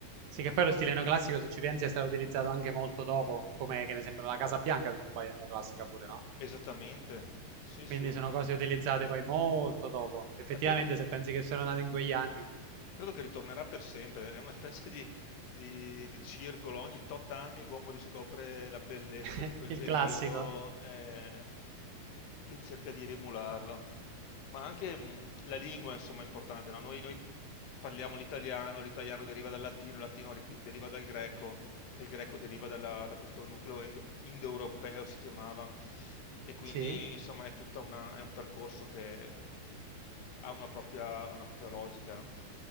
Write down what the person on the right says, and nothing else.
Sì, che poi lo stile neoclassico, se ci pensi, è stato utilizzato anche molto dopo, come che ne sembra la Casa Bianca, se non sbaglio, è neoclassica pure, no?
Quindi
sono cose utilizzate poi molto dopo. Effettivamente,
se pensi che sono nate in quegli anni,
<laughs>
il
classico.
Sì.